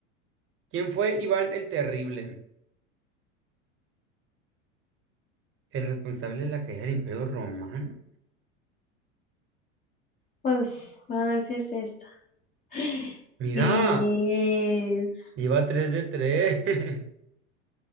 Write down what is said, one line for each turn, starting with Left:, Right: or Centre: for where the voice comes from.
Right: ¿Quién fue Iván el Terrible? El responsable de la caída del Imperio Romano.
Left: Pues a ver si es esta. <gasps>
Right: Mira,
Left: Sí es.
Right: iba tres de tres <laughs>